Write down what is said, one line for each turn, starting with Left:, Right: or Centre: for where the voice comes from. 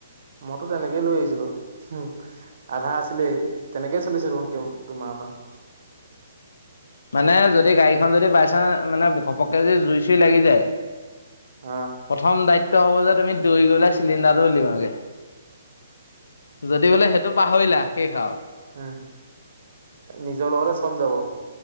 Right: মইতো তেনেকেই লৈ আহিছিলো, উম আধা আছিলেই তেনেকেই চলিছো দেখোন ক তোমাৰ আমাৰ।
Left: মানে যদি গাড়ীখন যদি বাই চানস মানে ঘপককে যদি জুই চুই লাগি যায়
Right: অ
Left: প্ৰথম দায়িত্ব হ'ব যে তুমি দৈ গলে চিলিণ্ডাৰটো উলিয়াও গে। যদি বোলে সেইটো পাহৰিলা শেষ আৰু।
Right: হ, নিজৰ লগতে চব যাব।